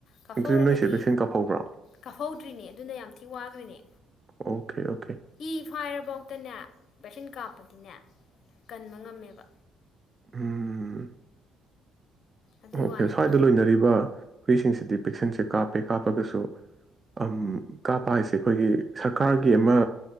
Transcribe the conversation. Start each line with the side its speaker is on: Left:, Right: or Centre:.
Left: ꯀꯥꯐꯧꯔꯒꯗꯤ
Right: ꯑꯗꯨꯗꯤ ꯅꯣꯏꯁꯦ ꯚꯦꯛꯁꯤꯟ ꯀꯥꯞꯍꯧꯕ꯭ꯔꯣ
Left: ꯀꯥꯐꯧꯗ꯭ꯔꯤꯅꯦ ꯑꯗꯨꯅ ꯌꯥꯝ ꯊꯤ ꯋꯥꯗꫭꯏꯅꯦ
Right: ꯑꯣꯀꯦ ꯑꯣꯀꯦ
Left: ꯏ ꯐꯥꯏꯔꯕꯧꯇꯅꯦ ꯚꯦꯛꯁꯤꯟ ꯀꯥꯞꯄꯗꯤꯅꯦ ꯀꯟꯕ ꯉꯝꯃꯦꯕ
Right: ꯎꯝ
Left: ꯑꯗꯨꯒꯤ
Right: ꯑꯣꯀꯦ
Left: ꯋꯥꯅꯤꯗ
Right: ꯁ꯭ꯋꯥꯏꯗ ꯂꯣꯏꯅꯔꯤꯕ ꯍꯨꯏꯁꯤꯡꯁꯤꯗꯤ ꯚꯦꯛꯁꯤꯟꯁꯦ ꯀꯥꯞꯄꯦ ꯀꯥꯞꯄꯒꯁꯨ ꯑꯝ ꯀꯥꯞꯄ ꯍꯥꯏꯁꯦ ꯑꯩꯈꯣꯏꯒꯤ ꯁꯔꯀꯥꯔꯒꯤ ꯑꯃ